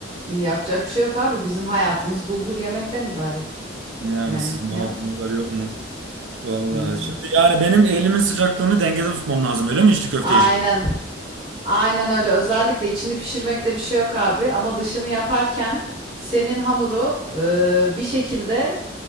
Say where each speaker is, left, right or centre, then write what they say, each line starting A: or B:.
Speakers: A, on the right; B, on the right.
A: yapacak bir şey yok abi. Bizim hayatımız bulgur yemekten ibaret.
B: Yani
A: Yani
B: siz Malatyalılar
A: yanlış
B: yok mu? Vallahi.
A: mı? Öyle.
B: Şimdi yani benim elimin sıcaklığını dengede tutmam lazım öyle mi içli köfteye?
A: Aynen.
B: şey-
A: Aynen öyle. Özellikle içini pişirmekte bir şey yok abi. Ama dışını yaparken senin hamuru e, bir şekilde